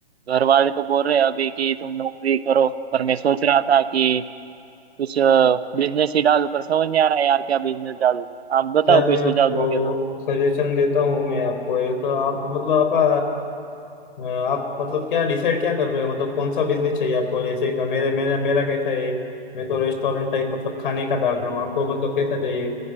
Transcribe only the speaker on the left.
यार
मैं
आपको
सजेशन देता हूँ मैं आपको एक आप मतलब आपका अ, आप मतलब क्या डिसाइड क्या कर रहे हो मतलब कौन सा बिजनेस चाहिए आपको जैसे कि मेरे मेरा मेरा कैसा है मैं तो रेस्टोरेंट टाइप मतलब खाने का डाल रहा हूँ आपको मतलब कैसा चाहिए